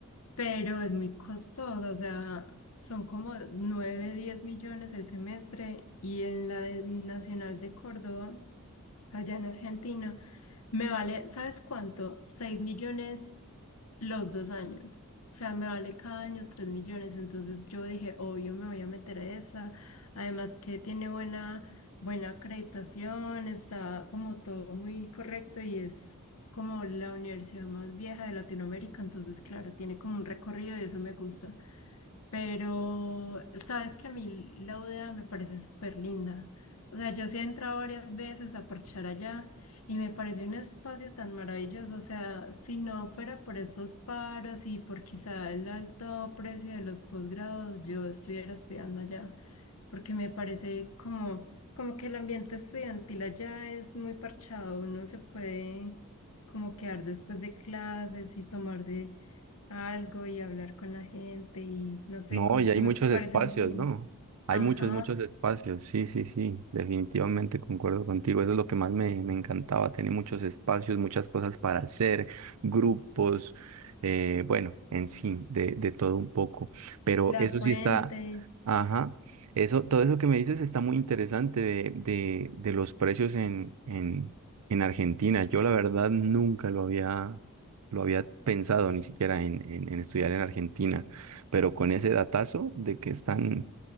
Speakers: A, on the left; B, on the right.
A: pero es muy costosa, o sea, son como 9, 10 millones el semestre y en la del Nacional de Córdoba, allá en Argentina, me vale, ¿sabes cuánto? 6 millones los dos años. O sea, me vale cada año 3 millones. Entonces yo dije, obvio, me voy a meter a esa. Además que tiene buena, buena acreditación, está como todo muy correcto y es como la universidad más vieja de Latinoamérica. Entonces, claro, tiene como un recorrido y eso me gusta. Pero sabes que a mí la UDA me parece súper linda. O sea, yo sí he entrado varias veces a parchar allá y me parece un espacio tan maravilloso. O sea, si no fuera por estos paros y por quizá el alto precio de los posgrados, yo estuviera estudiando allá, porque me parece como, como que el ambiente estudiantil allá es muy parchado. Uno se puede como quedar después de clases y tomarse algo y hablar con la gente y no sé,
B: No,
A: como
B: y hay
A: que me
B: muchos
A: parece
B: espacios,
A: muy lindo.
B: ¿no? Hay
A: Ajá,
B: muchos, muchos espacios. Sí, sí, sí. Definitivamente concuerdo contigo. Eso es lo que más me, me encantaba. Tiene muchos espacios, muchas cosas para hacer, grupos, eh, bueno, en sí, de, de todo un poco. Pero
A: la
B: eso
A: fuente.
B: sí está, ajá. Eso, todo eso que me dices está muy interesante de, de, de los precios en, en, en Argentina. Yo la verdad nunca lo había, lo había pensado ni siquiera en, en en estudiar en Argentina pero con ese datazo de que están